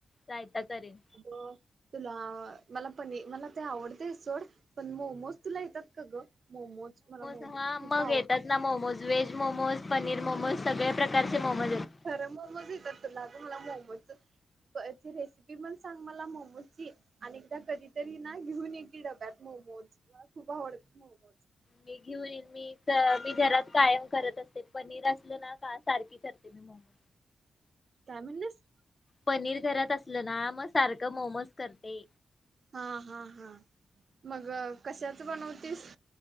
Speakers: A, on the left (about 25°); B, on the right (about 50°).
A: रायता करेन.
B: अ तुला मला पनी मला ते आवडते सोड. पण मोमोज तुला येतात का ग? मोमोज मला मोमोज
A: हा मग
B: खूप आव
A: येतात ना मोमोज व्हेज मोमोज, पनीर मोमोज, सगळया प्रकारचे मोमोज येतात.
B: खरं मोमोज येतात तुला, मला मोमोजच प् रेसिपी पण सांग मला मोमोजची. आणि एकदा कधीतरी ना घेऊन ये की डब्यात मोमोज, मला खूप आवडतात मोमोज.
A: मी घेऊन येईन मी. मी घरात कायम करत असते, पनीर असल ना का सारखी करते मी मोमोज.
B: काय म्हणलीस?
A: पनीर घरात असलं ना मग सारखं मोमोज करते.
B: हा हा हा मग कशाच बनवतेस?